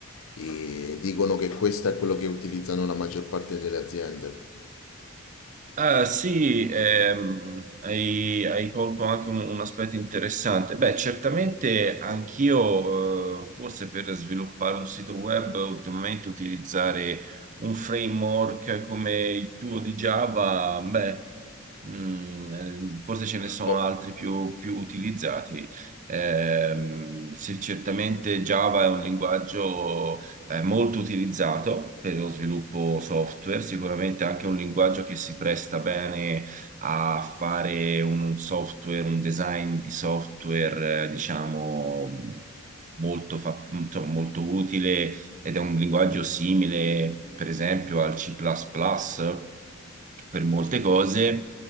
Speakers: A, on the left; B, on the right.
A: eh, dicono che questo è quello che utilizzano la maggior parte delle aziende.
B: Ah, sì, ehm, hai, hai colto anche un, un aspetto interessante. Beh, certamente anch'io, eh, forse per sviluppare un sito web, ultimamente utilizzare un framework come il tuo di Java, beh, Mm, eh, forse ce ne sono
A: Oh,
B: altri più, più utilizzati. Ehm, sì, certamente Java è un linguaggio eh, molto utilizzato per lo sviluppo software, sicuramente anche un linguaggio che si presta bene a fare un software, un design di software, eh, diciamo, molto, fat- insomma, molto utile ed è un linguaggio simile, per esempio, al C++ plus plus per molte cose.